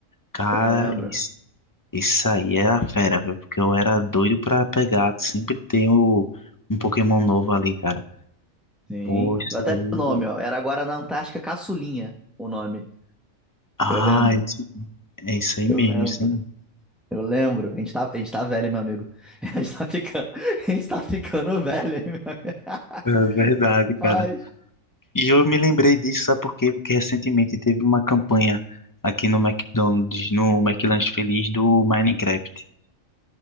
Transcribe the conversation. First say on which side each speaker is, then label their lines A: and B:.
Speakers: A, on the left; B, in the centre.
A: Cara,
B: Eu lembro.
A: isso, isso aí era fera, viu? Porque eu era doido pra pegar, sempre tem o, um Pokémon novo ali, cara.
B: Sim.
A: Pô, isso
B: Eu até
A: aí.
B: lembro o nome, ó. Era Guaraná Antártica Caçulinha, o nome.
A: Ah,
B: Eu lembro.
A: isso, é isso aí
B: Eu
A: mesmo,
B: lembro.
A: isso aí.
B: Eu lembro. A gente tá, a gente tá velho, hein, meu amigo. <laughs> A gente tá ficando, <laughs> a gente tá ficando velho, hein, meu amigo. <laughs>
A: É verdade, cara.
B: Rapaz.
A: E eu me lembrei disso, sabe por quê? Porque recentemente teve uma campanha aqui no McDonald's, no McLanche Feliz do Minecraft.